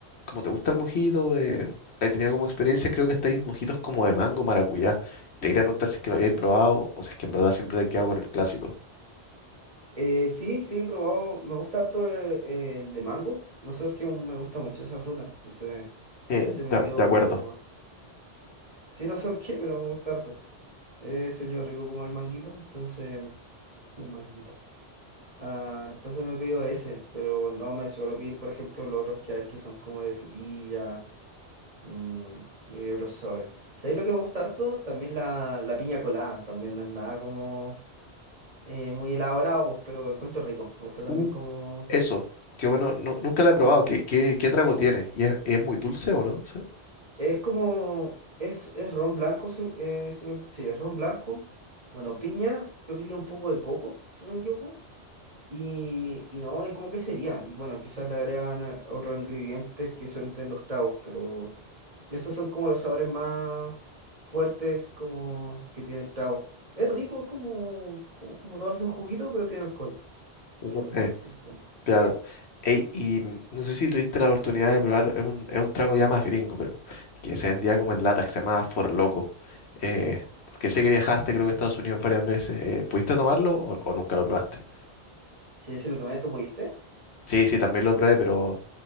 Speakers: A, on the left (about 80°); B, on the right (about 35°).
A: como te gusta el mojito? Eh, he tenido como experiencias, creo que hasta hay mojitos como de mango, maracuyá. Te quería preguntar si es que lo habíais probado o si es que en verdad siempre te has quedado con el clásico.
B: Eh, sí, sí, he probado. Me gusta harto el, el de mango. No sé por qué aún me gusta mucho esa fruta. Entonces,
A: Eh,
B: a veces me
A: de,
B: pido
A: de acuerdo.
B: como. Sí, no sé por qué, pero me gusta harto. Eh, sueño rico como el manguito. Entonces, un manguito. Ah, entonces me pido ese, pero no me suelo pedir, por ejemplo, los otros que hay que son como de frutilla ni, ni de otros sobres. ¿Sabéis lo que me gusta harto? También la, la piña colada, también no es nada como eh, muy elaborado, pues, pero encuentro rico. Me gusta también
A: Uh,
B: como...
A: Eso, qué bueno, no, nunca lo he probado. ¿Qué, qué, qué trago tiene? ¿Y es, es muy dulce o no? Sí.
B: Es como... Es, es ron blanco, si- eh, si no- sí, es ron blanco. Bueno, piña, creo que tiene un poco de coco, si no me equivoco. Y, y no, y como que sería. Y bueno, quizás le agregan eh, otros ingredientes que suelen tener los tragos, pero... Esos son como los sabores más fuertes como que tiene el trago. Es rico, es como, como, como tomarse un juguito, pero tiene alcohol.
A: Ujú.
B: Sí, no sé.
A: Claro. Ey, y mm, no sé si tuviste la oportunidad de probar, es un, es un trago ya más gringo, pero que se vendía como en lata, que se llamaba For Loco. Eh, porque sé que viajaste, creo que a Estados Unidos varias veces. Eh, ¿pudiste tomarlo o, o nunca lo probaste?
B: Sí, sí, lo tomé, ¿tú pudiste?
A: Sí, sí, también lo probé, pero